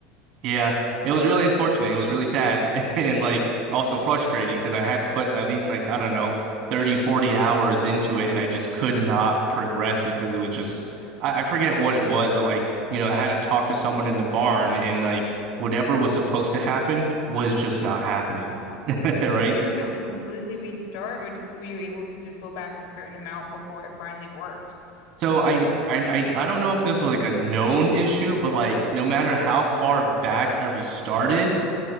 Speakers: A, on the right; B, on the left.
A: yeah, it was really unfortunate. It was really sad <laughs> and like also frustrating because I had put at least like, I don't know, 30, 40 hours into it and I just could not progress because it was just, I, I forget what it was, but like, you know, I had to talk to someone in the barn and like whatever was supposed to happen was just not happening. <laughs> Right.
B: Did you have to completely restart, or did, were you able to just go back a certain amount before it finally worked?
A: So I, I I I don't know if this was like a known issue, but like no matter how far back I restarted,